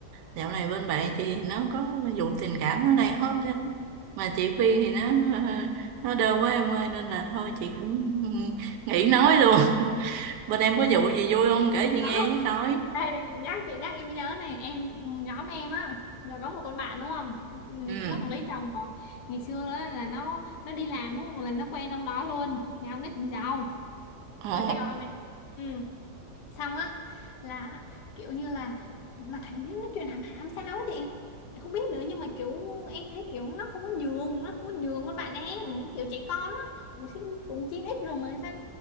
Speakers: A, on the right; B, on the left.
A: dạo này bên bạn chị thì nó có vụ tình cảm nó đang hot á mà chị khuyên thì nó nó đơ quá em ơi nên là thôi chị cũng nghỉ nói luôn <laughs> bên em có vụ gì vui không kể chị
B: đó
A: nghe với coi
B: đây này nhắc chị nhắc em mới nhớ này em nhóm em á là có một con bạn đúng không
A: ừ
B: nó cũng lấy chồng rồi ngày xưa á, là nó nó đi làm đúng không? là nó quen ông đó luôn nhà ông ấy cũng giàu
A: ồ
B: ở Sài Gòn này ừ xong á là kiểu như là mà thằng ấy nó truyền hàm hàm sao á chị Em không biết nữa nhưng mà kiểu em thấy kiểu nó không có nhường nó không có nhường con bạn em kiểu trẻ con á cũng sinh- cũng 9x rồi mà sao